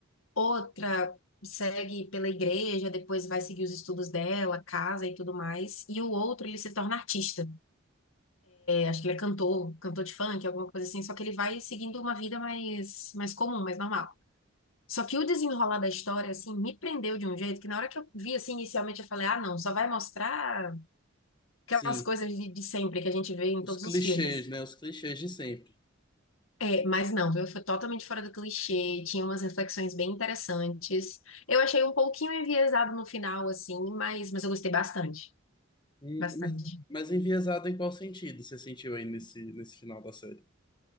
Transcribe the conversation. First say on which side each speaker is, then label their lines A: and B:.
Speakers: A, on the left; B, on the left.
A: Outra segue pela igreja, depois vai seguir os estudos dela, casa e tudo mais. E o outro, ele se torna artista. Acho que ele é cantor, cantor de funk, alguma coisa assim, só que ele vai seguindo uma vida mais, mais comum, mais normal. Só que o desenrolar da história, assim, me prendeu de um jeito que na hora que eu vi, assim, inicialmente eu falei, ah, não, só vai mostrar aquelas
B: sim.
A: coisas de, de sempre que a gente vê em
B: Os
A: todos
B: clichês,
A: os filmes.
B: né? Os clichês de sempre.
A: É, mas não, viu? Foi totalmente fora do clichê, tinha umas reflexões bem interessantes. Eu achei um pouquinho enviesado no final, assim, mas, mas eu gostei bastante,
B: Hum,
A: bastante.
B: mas, mas enviesado em qual sentido você sentiu aí nesse, nesse final da série?